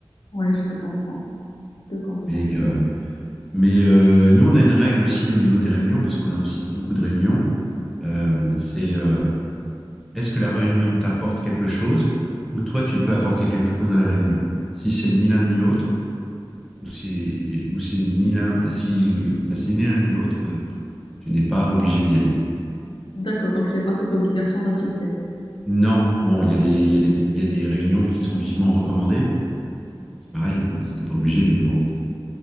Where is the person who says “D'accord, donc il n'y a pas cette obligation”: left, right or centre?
Left